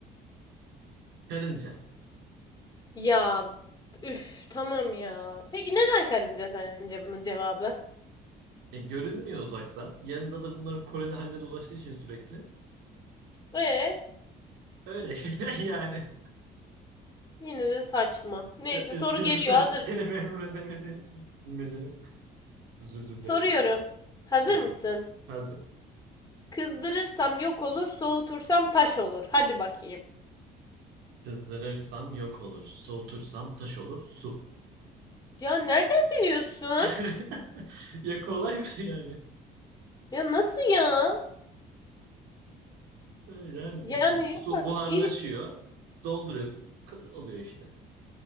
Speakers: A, on the right (about 80°); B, on the left (about 20°).
A: Karınca.
B: Ya üf tamam ya. Peki neden karınca sence bunun cevabı?
A: E, görünmüyor uzaktan. Yanında da bunların koloni halinde dolaştığı için sürekli.
B: Ee
A: Öyle işte <laughs> yani.
B: yine de saçma. Neyse
A: Ya, üzgünüm
B: soru geliyor
A: seni,
B: hazır
A: seni
B: mısın?
A: memnun edemediğim için. Bilmecenin. Üzüldüm
B: Soruyorum.
A: gerçekten.
B: Hazır
A: Evet.
B: mısın?
A: Hazır.
B: Kızdırırsam yok olur, soğutursam taş olur. Hadi bakayım.
A: Kızdırırsam yok olur. Soğutursam taş olur. Su.
B: Ya nereden biliyorsun?
A: <laughs> Ya kolay mı yani?
B: Ya nasıl ya?
A: Yani
B: Yani
A: işte su
B: yok artık.
A: buharlaşıyor.
B: İyi,
A: Donduruyorsun. Katı oluyor işte.